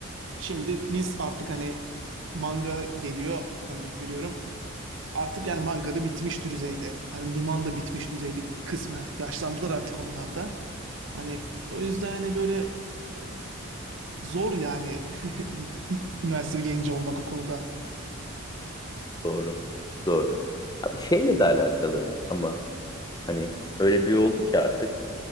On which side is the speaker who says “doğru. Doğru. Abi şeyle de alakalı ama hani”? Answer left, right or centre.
Left